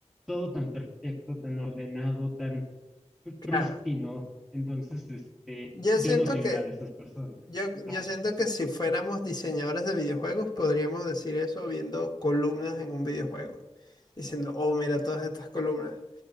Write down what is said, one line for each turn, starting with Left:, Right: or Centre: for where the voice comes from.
Centre: todo tan perfecto, tan ordenado, tan pr-
Left: Claro.
Centre: prístino. Entonces, este,
Left: Yo
Centre: yo
Left: siento
Centre: no soy
Left: que,
Centre: una de esas personas.
Left: yo,
Centre: Ah,
Left: yo siento que si fuéramos diseñadores de videojuegos, podríamos decir eso viendo columnas en un videojuego. Diciendo, oh, mira todas estas columnas.